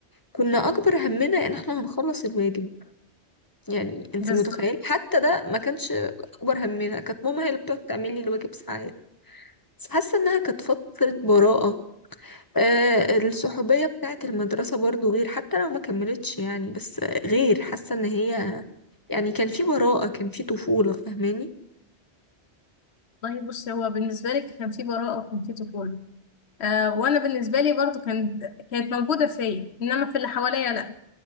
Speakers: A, on the left; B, on the left.
A: كنا اكبر همنا ان احنا هنخلص الواجب يعني انت
B: بس
A: متخيل حتى ده ما كانش اكبر همنا كانت ماما هي اللي بتقعد تعمل لي الواجب ساعات بس حاسه انها كانت فتره براءه آه الصحوبيه بتاعه المدرسه برضو غير حتى لو ما كملتش يعني بس غير حاسه ان هي يعني كان في براءه كان في طفوله فاهماني
B: والله بص هو بالنسبة لي كان في براءة وكان في طفولة آه وأنا بالنسبة لي برضو كانت كانت موجودة فيا إنما في اللي حواليا لأ